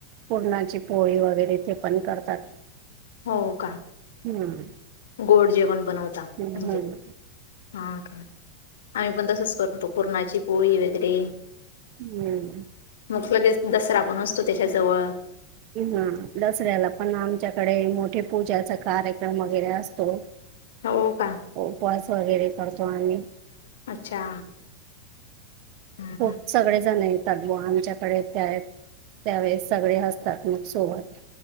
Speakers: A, on the right (about 40°); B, on the left (about 60°).
A: पुरणाची पोळी वगैरे ते पण करतात.
B: हो का,
A: हम्म
B: गोड जेवण बनवता
A: हम्म
B: म्हणजे. हां का, आम्ही पण तसंच करतो पुरणाची पोळी वगैरे.
A: हं.
B: मग लगेच दसरा पण असतो, त्याच्याजवळ.
A: हं दसऱ्याला पण आमच्याकडे मोठे पूजाचा कार्यक्रम वगैरे असतो. <inaudible>
B: हो का.
A: उपवास वगैरे करतो आम्ही.
B: अच्छा. हम्म
A: हो सगळे जण येतात. बुवा आमच्याकडे त्यावेळी. त्यावेळेस सगळे असतात मग सोबत.